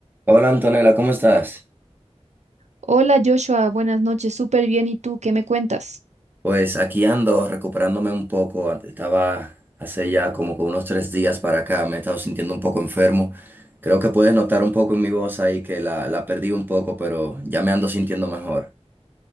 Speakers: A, on the right; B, on the right.
A: Hola Antonella, ¿cómo estás?
B: Hola Joshua, buenas noches, súper bien. ¿Y tú qué me cuentas?
A: Pues aquí ando recuperándome un poco. Estaba hace ya como que unos tres días para acá, me he estado sintiendo un poco enfermo. Creo que puedes notar un poco en mi voz ahí que la, la perdí un poco, pero ya me ando sintiendo mejor.